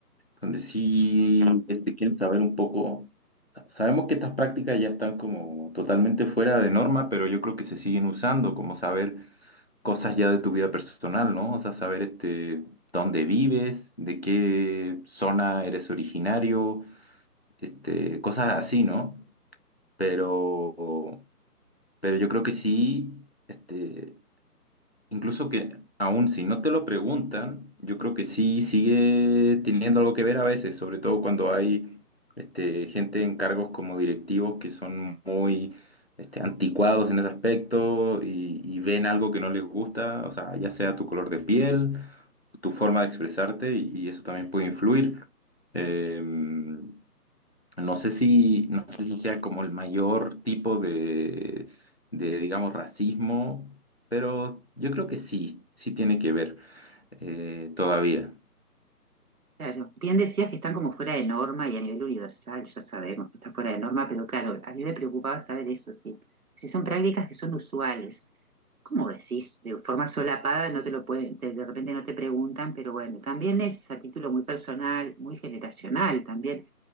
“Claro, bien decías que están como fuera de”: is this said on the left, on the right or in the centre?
Right